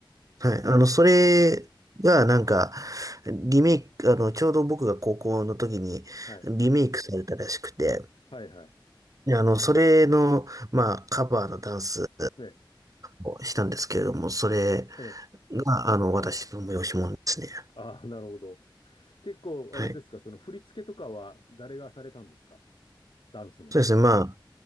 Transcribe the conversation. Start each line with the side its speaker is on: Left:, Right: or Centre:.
Right: はい。
Left: はい。
Right: あの、それがなんか、リメイク、あの、ちょうど僕が高校の時に
Left: はい。
Right: リメイクされたらしくて、
Left: はい、はい。
Right: いや、あの、それの、まあ、カバーのダンス
Left: ね。
Right: をしたんですけれども、それ
Left: ええ。
Right: が、あの、私の催し物ですね。
Left: ああ、なるほど。結構、
Right: はい。
Left: あれですか、その振り付けとかは誰がされたんですかダンスの。
Right: そうですね。まあ、